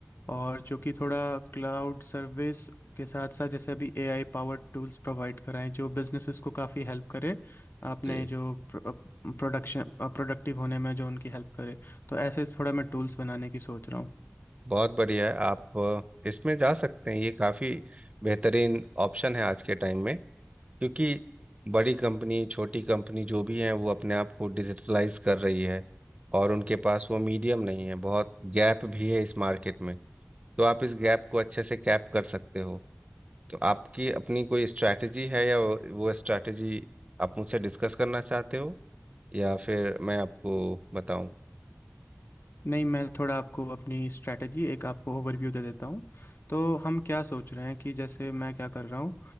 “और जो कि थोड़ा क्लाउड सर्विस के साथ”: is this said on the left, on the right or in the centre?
Left